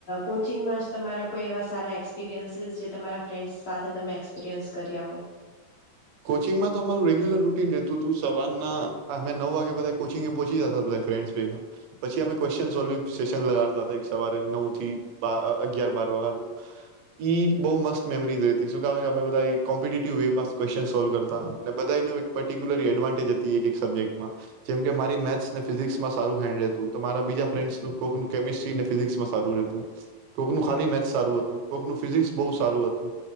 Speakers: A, on the left; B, on the right.
A: કોચિંગમાં તમારા કોઈ એવા સારા એક્સપિરિયન્સીસ જે તમારા ફ્રેન્ડ્સ સાથે તમે એક્સપિરિયન્સ કર્યા હોય.
B: કોચિંગમાં તો અમારું રેગ્યુલર રુટીન રહેતું હતું. સવારના અમે નવ વાગે બધા કોચિંગ પહોંચી જ હતા ફ્રેન્ડ ભેગા પછી અમે ક્વન સોલ્વિંગ સેશન લગાડતા સવારે નવ થી અગયાર બાર વાગનું ઈ બવ મસ્ત મેમરીઝ રતી કેમેધ કોમ્પિ વે. ક્વ્ન સોલ્વ કરતા અને બધાનું એક પર્ટિક્યુલરી એડવાન્ટેજ હતી એક સબ્જેક્ટમાં. જેમ કે મારી મેથ્સ ને ફિઝિક્સમાં સારું હેન્ડ રહેતું, તો મારા બીજા ફ્રેન્ડસનું કોકું કેમિસ્ટ્રીને ફિઝિક્સમાં સારું રહેતું, કોકનું ખાલી મેથ્સ સારું હતું, કોકનું ફિઝિક્સ બહુ સારું હતુ.